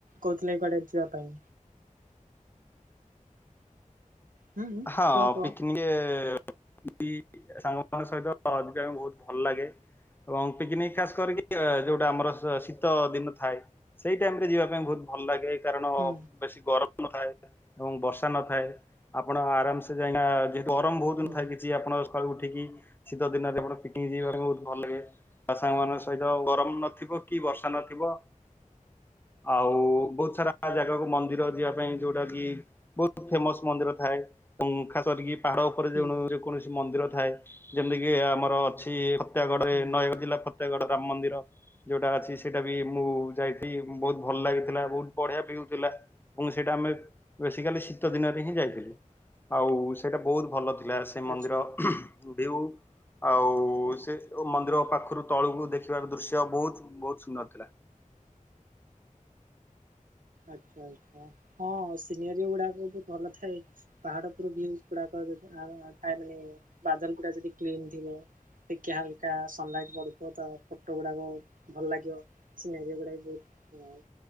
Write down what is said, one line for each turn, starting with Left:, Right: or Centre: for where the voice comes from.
Right: କହୁଥିଲେ କୁଆଡେ ଯିବା ପାଇଁ। ହୁଁ
Left: ହଁ
Right: କୁହ କୁହ
Left: ପିକ୍ ଇଏ <inaudible> ସାଙ୍ଗମାନଙ୍କ ସହିତ ଯିବା ପାଇଁ ବହୁତ ଭଲ ଲାଗେ। ଏବଂ ପିକନିକ ଖାସ କରିକି ଯୋଉଟା ଆମର ସ ଶୀତ ଦିନ ଥାଏ। ସେଇ ଟାଇମ ରେ ଯିବା ପାଇଁ ବହୁତ ଭଲ ଲାଗେ କାରଣ
Right: ହୁଁ
Left: ବେଶୀ ଗରମ ନଥାଏ ଏବଂ ବର୍ଷା ନଥାଏ। ଆପଣ ଆରାମସେ ଯାଇଣା ଯେହତୁ ଗରମ ବହୁ
Right: ହୁଁ
Left: ନଥାଏ ବି। ଜି ଆପଣଙ୍କ ସକାଳୁ ଉଠିକି ଶୀତ ଦିନରେ ଆପଣ ପିକନିକ ଯିବା କୁ ବହୁତ ଭଲ ଲାଗେ। ଆ ସାଙ୍ଗ ମାନଙ୍କ ସହିତ ଗରମ ନଥିବ କି ବର୍ଷା ନଥିବ। ଆଉ ବହୁତ ସାରା ଜାଗାକୁ ମନ୍ଦିର ଯିବା ପାଇଁ ଯୋଉଟା କି ବହୁତ ଫେମସ ମନ୍ଦିର ଥାଏ ଏବଂ ଖାସ କରିକି ପାହାଡ ଉପରେ
Right: ହୁଁ
Left: ଯେଣୁ ଯେକୌଣସି ମନ୍ଦିର ଥାଏ ଯେମିତିକି ଆମର ଅଛି ଫତ୍ୟାଗଡରେ
Right: ହୁଁ
Left: ନୟାଗଡ଼ ଜିଲ୍ଲା ଫ ତେଗଡ ରାମ ମନ୍ଦିର ଯୋଉଟା ଅଛି ସେଇଟା ବି ମୁଁ ଯାଇଥି ବହୁତ ଭଲ ଲାଗିଥିଲା ବହୁତ ବଢିଆ ଭିୟୁ ଥିଲା ଏବଂ ସେଇଟା ଆମେ ବେସିକାଲି ଶୀତ ଦିନରେ ହିଁ ଯାଇଥିଲୁ।
Right: ହୁଁ
Left: ଆଉ ସେଇଟା ବହୁତ ଭଲ ଥିଲା ସେ ମନ୍ଦିର
Right: ଆଚ୍ଛା।
Left: ଭିୟୁ। ଆଉ ସେଯୋଉ ମନ୍ଦିର ପାଖରୁ ତଳକୁ ଦେଖିବାର ଦୃଶ୍ୟ ବହୁତ ବହୁତ ସୁନ୍ଦର ଥିଲା।
Right: ଆଚ୍ଛା ଆଛା ହଁ ସିନେରି ଗୁଡାକ ବି ଭଲଥାଏ। ପାହାଡ ଉପର ଭିୟୁ ଗୁଡାକ <unintelligible> ଆଉ ଯଦି ଥାଏ ମାନେ ବାଦଲ ଗୁଡା ଯଦି କ୍ଲିନ୍ ଥିବ। ଟିକେ ହାଲକା ସନଲାଇଟ୍ ପଡୁଥିବ ତ ଫଟୋ ଗୁଡାକ ଭଲ ଲାଗିବ। ସିନେରି ଗୁଡା ବି ବହୁତ ହଁ